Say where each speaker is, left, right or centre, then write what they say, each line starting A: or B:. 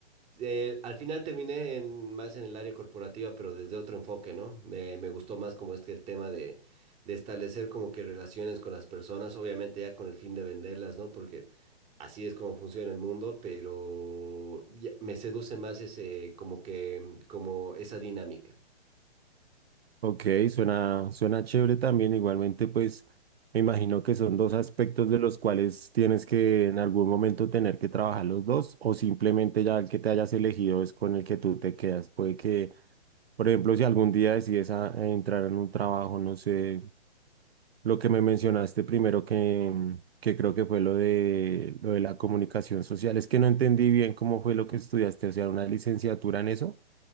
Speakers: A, on the right (about 15°); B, on the right (about 65°).
A: eh, al final terminé en, más en el área corporativa, pero desde otro enfoque, ¿no? Me, me gustó más como este el tema de, de establecer como que relaciones con las personas, obviamente ya con el fin de venderlas, ¿no? Porque así es como funciona el mundo, pero ya- me seduce más ese, como que, como esa dinámica.
B: Ok, suena, suena chévere también. Igualmente, pues me imagino que son dos aspectos de los cuales tienes que en algún momento tener que trabajar los dos, o simplemente ya el que te hayas elegido es con el que tú te quedas. Puede que Por ejemplo, si algún día decides a- a entrar en un trabajo, no sé, lo que me mencionaste primero que, mm, que creo que fue lo de, lo de la comunicación social, es que no entendí bien cómo fue lo que estudiaste, o sea, una licenciatura en eso.